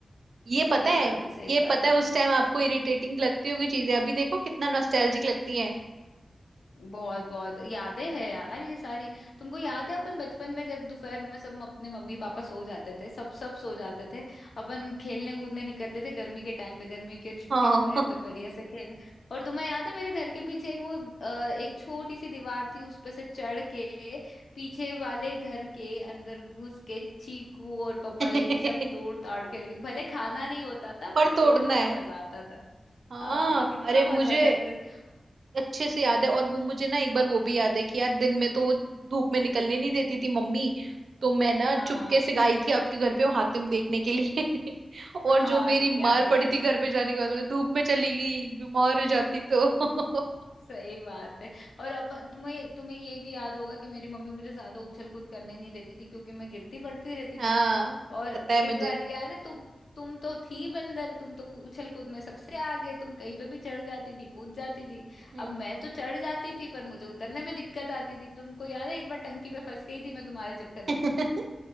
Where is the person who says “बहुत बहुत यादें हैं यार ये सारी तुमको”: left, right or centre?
Left